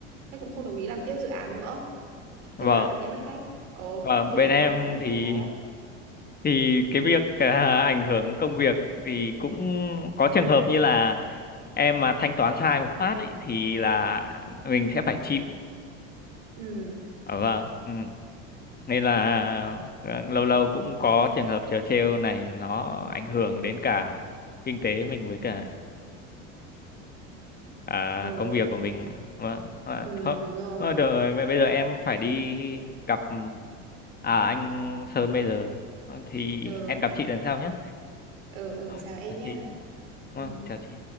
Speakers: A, on the right (about 80°); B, on the left (about 25°).
A: khách cũng không đồng ý làm tiếp dự án nữa
B: vâng.
A: thế là tự nhiên mất khách ồ
B: Vâng,
A: tổn
B: bên em
A: hại cũng
B: thì
A: khá khá
B: thì cái việc à, ảnh hưởng công việc thì cũng có trường hợp như là em mà thanh toán sai một phát ấy thì là mình sẽ phải chịu.
A: ừ
B: Ờ, vâng. Ừ. Nên là à, lâu lâu cũng có trường hợp trớ trêu này nó ảnh hưởng đến cả kinh tế mình với cả à,
A: ừ
B: công việc của mình mà, mà,
A: ừ
B: thôi,
A: đúng rồi
B: thôi được rồi mẹ bây giờ em phải đi gặp à, anh Sơn bây giờ thì
A: ừ
B: hẹn gặp chị lần sau nhé
A: ừ ừ
B: Thôi,
A: chào em
B: chào
A: nhá
B: chị Vâng,
A: ừ
B: chào chị